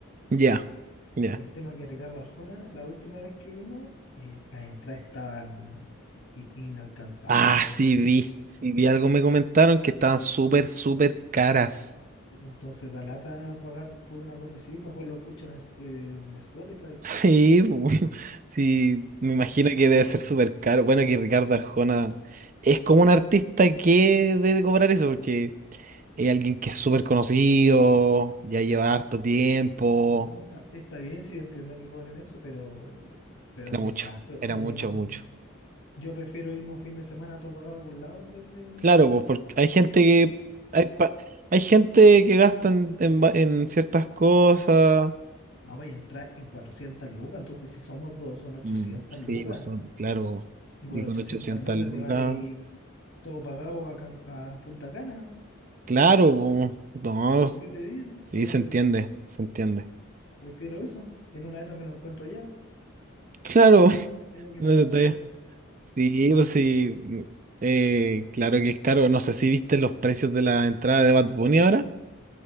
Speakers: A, on the right; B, on the left.
A: Ya, ya.
B: El tema que Ricardo Arjona, la última vez que vino, eh, las entradas estaban i- inalcanzables
A: Ah,
B: para
A: sí
B: comprar.
A: vi, sí vi algo me comentaron que estaban súper, súper caras.
B: Entonces da lata pagar por una cosa así, mejor lo escucho en, es- en Spotify.
A: Sí, bu, <laughs> sí, me imagino
B: Es más
A: que
B: barato.
A: debe ser súper caro. Bueno, que Ricardo Arjona es como un artista que debe cobrar eso, porque es alguien que es súper conocido, ya lleva harto tiempo.
B: No, no está, está bien, si yo entiendo que cobren eso, pero, pero
A: Era
B: es muy
A: mucho,
B: caro.
A: era
B: O sea,
A: mucho,
B: yo no,
A: mucho.
B: yo prefiero irme un fin de semana todo pagado a algún lado en vez de...
A: Claro, pues porque hay gente que hay, pa- hay gente que gasta en, en va- en ciertas cosas.
B: No, vais a entrar en 400 lucas, entonces si somos dos son 800
A: Mm, sí,
B: lucas.
A: pues son, claro,
B: Y
A: y
B: por 800
A: con 800
B: lucas
A: lucas,
B: te vas todo pagado a, Can- a Punta Cana
A: claro, po, no,
B: por siete días. Entonces
A: sí, se entiende, se entiende.
B: prefiero eso. Y en una de esas me lo encuentro allá.
A: Claro, <laughs>
B: Te Digo que
A: no
B: me
A: hay
B: cante
A: detalle.
B: mejor.
A: Sí, pues sí, mm, eh, claro que es caro, no sé si viste los precios de la entrada de Bad Bunny ahora,